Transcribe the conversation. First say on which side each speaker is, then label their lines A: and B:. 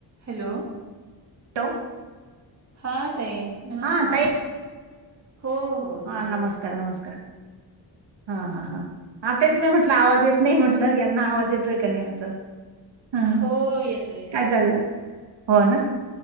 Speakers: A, on the right; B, on the right.
A: Hello
B: hello
A: हा ताई नमस्कार
B: हा ताई
A: हो हो
B: हा
A: येतोय
B: नमस्कार नमस्कार हा हा हा हा तेच मी म्हटलं आवाज येत नाही म्हटलं म्हटल यांना आवाज येतोय का नाही याचा? हं
A: हो येतोय येतोय
B: काय चाललं हो ना